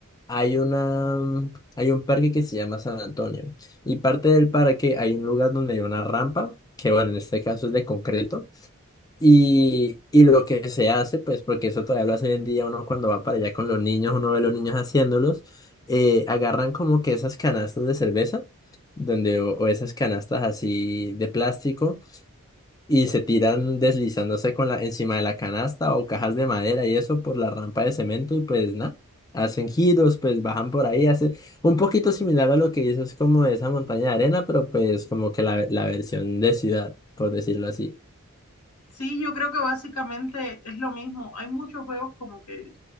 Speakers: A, on the left; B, on the left.
A: hay una, mm, hay un parque que se llama San Antonio. Y parte del parque hay un lugar donde hay una rampa, que bueno, en este caso es de concreto. Y, y lo que se hace, pues porque eso todavía lo hace hoy en día uno cuando va para allá con los niños, uno ve a los niños haciéndolos, eh, agarran como que esas canastas de cerveza, donde, o, o esas canastas así de plástico, y se tiran deslizándose con la, encima de la canasta o cajas de madera y eso por la rampa de cemento, y pues nada, hacen giros, pues bajan por ahí, hacen un poquito similar a lo que hizo es como esa montaña de arena, pero pues como que la, la versión de ciudad, por decirlo así.
B: Sí, yo creo que básicamente es lo mismo. Hay muchos juegos como que